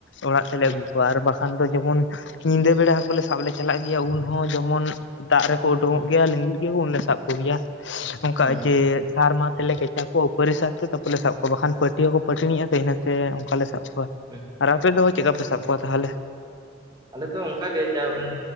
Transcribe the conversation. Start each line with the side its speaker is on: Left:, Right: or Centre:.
Left: ᱚᱲᱟᱜ ᱛᱮ ᱞᱮ
Right: ᱦᱮᱸ
Left: ᱟᱹᱜᱩ ᱠᱚᱣᱟ ᱟᱨ ᱵᱟᱠᱷᱟᱱ ᱫᱚ ᱡᱮᱢᱚᱱ ᱧᱤᱫᱟᱹ ᱵᱮᱲᱟ ᱦᱟᱹᱠᱩ ᱞᱮ ᱥᱟᱵ ᱞᱮ ᱪᱟᱞᱟᱜ ᱜᱮᱭᱟ ᱩᱱ ᱦᱚᱸ ᱡᱮᱢᱚᱱ ᱫᱟᱜ ᱨᱮᱠᱚ ᱩᱰᱩᱝᱚᱜ
Right: ᱦᱮᱸ
Left: ᱜᱮᱭᱟ ᱞᱤᱸᱜᱤᱜ ᱜᱮᱭᱟ ᱠᱚ ᱩᱱ ᱞᱮ ᱥᱟᱵ ᱠᱚ ᱜᱮᱭᱟ᱾ ᱚᱱᱠᱟ
Right: ᱦᱮᱸ
Left: ᱡᱮ ᱥᱟᱨ ᱢᱟ ᱛᱮ ᱞᱮ ᱠᱮᱪᱟ ᱠᱚᱣᱟ ᱩᱯᱟᱹᱨᱤ ᱥᱟᱨ ᱛᱮ ᱛᱟᱯᱚᱨᱮ ᱥᱟᱵ ᱠᱚᱣᱟ ᱵᱟᱠᱷᱟᱱ ᱯᱟᱹᱴᱤ ᱦᱚᱸ ᱠᱚ ᱯᱟᱹᱴᱟᱹᱱᱤᱜᱼᱟ ᱤᱱᱟᱹ ᱛᱮ ᱚᱱᱠᱟ ᱞᱮ ᱥᱟᱵ ᱠᱚᱣᱟ᱾
Right: ᱦᱮᱸ
Left: ᱟᱨ ᱟᱯᱮ ᱫᱚ ᱪᱮᱠᱟ ᱯᱮ ᱥᱟᱵ ᱠᱚᱣᱟ ᱛᱟᱦᱟᱞᱮ?
Right: ᱟᱞᱮ ᱫᱚ ᱚᱱᱠᱟ ᱜᱮ ᱡᱟᱦᱟᱸ ᱵᱤᱱ